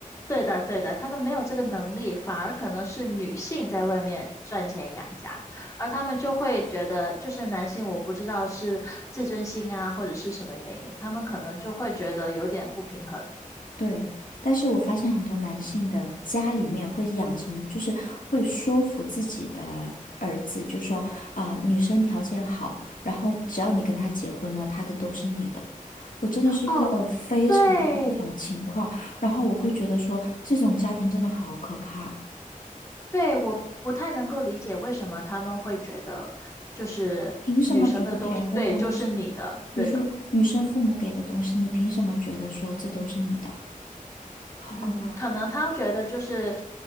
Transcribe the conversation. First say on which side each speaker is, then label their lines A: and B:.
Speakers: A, on the left (about 20°); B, on the left (about 70°).
A: 对的，对的，他们没有这个能力，反而可能是女性在外面赚钱养家，而他们就会觉得，就是男性，我不知道是自尊心啊，或者是什么原因，他们可能就会觉得有点不平衡。
B: 对，但是我发现很多男性的家里面会养成，就是会说服自己的儿子，就说呃，女生条件好，然后只要你跟她结婚了，她的都是你的。我真的是遇到了非常多这种情况，
A: 哦，对，
B: 然后我会觉得说，这种家庭真的好可怕，
A: 对，我不太能够理解为什么他们会觉得，就是女生的东西，
B: 凭什么觉得别人的东西，
A: 对，就是你的，
B: 比如说女生父母给的东西，
A: 对的。
B: 你凭什么觉得说这都是你的？好可。
A: 嗯，可能他觉得就是